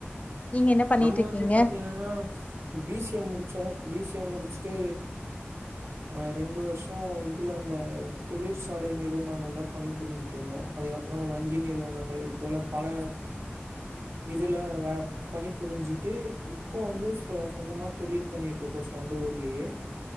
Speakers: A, on the left; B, on the right.
A: நீங்க என்ன பண்ணிட்டு
B: நம்ம
A: இருக்கீங்க
B: வந்து பாத்தீங்கன்னா பி சி ஏ முடிச்சோ பி சி ஏ முடிச்சிட்டு அ ரெண்டு வருஷோ இதுல அந்த தொழிற்சாலை நிறுவனங்கள்ல பணி புரிஞ்சுட்டு இருந்தோ அதுக்கப்றோ வங்கி நிறுவனங்கள் இது போல பல இதுல வேல பணி புரிஞ்சுட்டு இப்போ வந்து சொ சொந்தமா தொழில் பண்ணிட்டு இருக்கோ சொந்த ஊர்லேயே